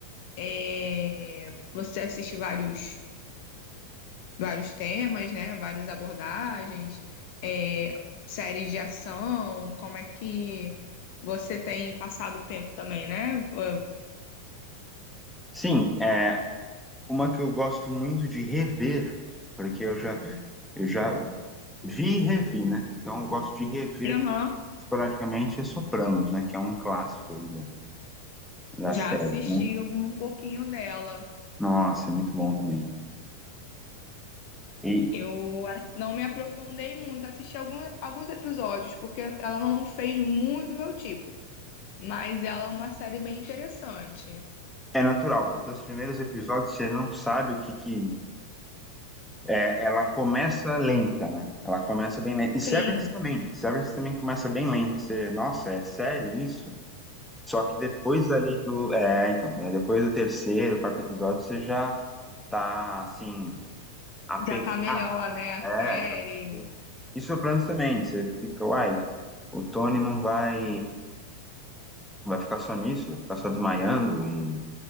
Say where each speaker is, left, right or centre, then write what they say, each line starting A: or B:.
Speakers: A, on the left; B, in the centre.
A: é, você assiste vários, vários temas, né? Várias abordagens, é, séries de ação, como é que você tem passado o tempo também, né? Eu-
B: Sim, é uma que eu gosto muito de rever, porque eu já, eu já vi e revi, né? Então eu gosto de rever
A: Aham.
B: esporadicamente é Sopranos, né? Que é um clássico aí da, da
A: Já
B: série,
A: assisti
B: né?
A: algum, um pouquinho dela.
B: Nossa, é muito bom também. E
A: Eu ass- não me aprofundei muito, assisti algum, alguns episódios, porque ela não fez muito do meu tipo, mas ela é uma série bem interessante.
B: é natural, porque os primeiros episódios você não sabe o que, que É, ela começa lenta, né? Ela começa bem lenta. E Severance
A: Sim,
B: também. Severance também começa bem lenta. Você, nossa, é sério isso? Só que depois ali do. É, então, né? Depois do terceiro, quarto episódio, você já tá, assim, apegado.
A: já tá melhor, né? A
B: É,
A: série.
B: já. tá- E Sopranos também. Você fica, uai, o Tony não vai. Vai ficar só nisso, vai ficar só desmaiando. e